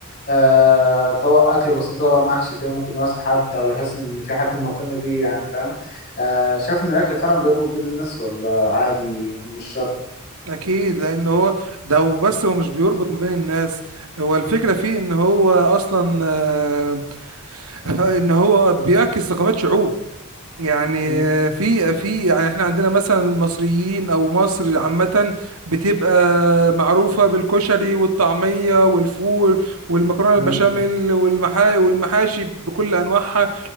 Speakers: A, on the left (about 45°); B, on the right (about 80°).
A: آه طبق اكل بسيط طبعا محشي كده ممكن يواسي حد او يحس ان في حد <laughs> مهتم بيه يعني فاهم آه شايف ان الاكل فعلا بيربط بين الناس ولا عادي مش شرط
B: اكيد لان هو ده هو بس هو مش بيربط ما بين الناس هو الفكرة فيه ان هو اصلا آه، <laughs> ان هو بيعكس ثقافات شعوب يعني
A: مم.
B: في في يعني احنا عندنا مثلا المصريين او مصر عامة بتبقى معروفة بالكشري والطعمية والفول والمكرونة
A: مم.
B: البشاميل والمحا والمحاشي بكل انواعها